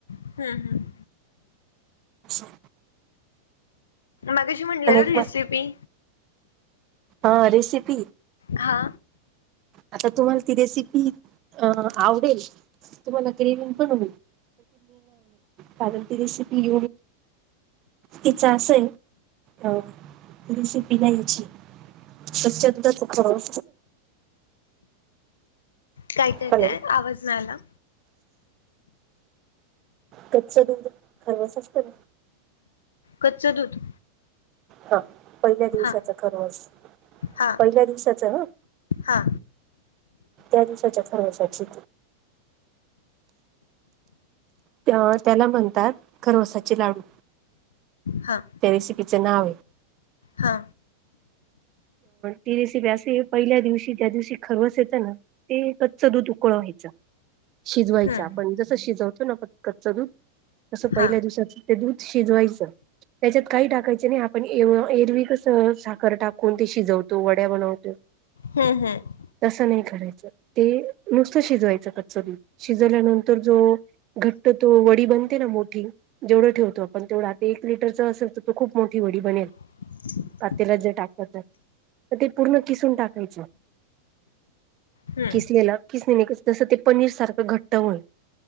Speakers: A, on the left; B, on the right.
A: हम् हम्.
B: <inaudible>
A: मगशी म्हटले
B: आणि
A: ना
B: एक
A: रेसिपी
B: मग हा रेसिपी.
A: हा.
B: आता तुम्हाला ती रेसिपी अ आवडेल. मलाकरी <unintelligible> विपण तमण तशी पि तिचा अस आहे अ रेसिपी नाही याची‌. कच्याधा <inaudible>
A: काय काय
B: हॅलो
A: तेय आवाज नाही आला.
B: कच्च दूध खरवच असत ना.
A: कच्चं दूध.
B: हा पहिल्या दिवसाचं
A: हा
B: खररोच
A: हा
B: पहिल्या दिवसाचं हा.
A: हा
B: त्या दिवसाच्या प्रवेशाची. तेव्हा त्याला म्हणतात खरवसाची लाडू.
A: हां.
B: त्या रेसिपीचं नाव आहे.
A: हा.
B: ती रसिपी असे पहिल्या दिवशी, त्या दिवशी खरवस येतं ना. ते, कच्च दूध उकळ व्हायचं. शिजवायच
A: हम्म
B: आपण जसं शिजवतो ना प कच्च दूध तस पहिल्या
A: हा
B: दिवसाच. ते दूध शिजवायचं, त्याच्यात काही टाकायच नाही. आपण ए एरविकच साखर टाक कोणते शिजवतो वड्या बनवतो.
A: हम् हम.
B: तसं नाही करायचं ते नुसतं शिजवायचं कच्च दूध, शिजवल्यानंतर जो घट्ट तो वडी बनते ना मोठी. जेवढं ठेवतो आपण तेवढं आ एक लिटरच असेल तर तो खूप मोठी वडी बनेल.
A: <inaudible>
B: पातेला जे टाकत, तर ते पूर्ण किसून टाकायचे.
A: हम्म
B: खिसलेलं किसणी नाही जसं ते पनीर सारखं घट्ट होय.